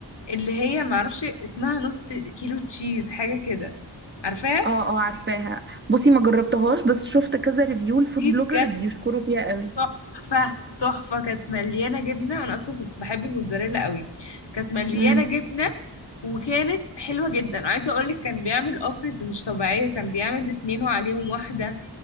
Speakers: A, on the left (about 70°); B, on the right (about 25°).
A: اللي هي معرفش اسمها نص كيلو تشيز حاجة كده عارفاها
B: اه اه عارفاها بصي ما جربتهاش بس شفت كذا ريفيو الفود
A: دي
B: بلوجر
A: بجد
B: بيشكروا فيها قوي
A: تحفة تحفة كانت مليانة جبنة أنا أصلا كنت بحب الموتزاريلا قوي كانت مليانة
B: امم
A: جبنة وكانت حلوة جدا وعايزة أقولك كان بيعمل أوفرز مش طبيعية كان بيعمل اتنين وعليهم واحدة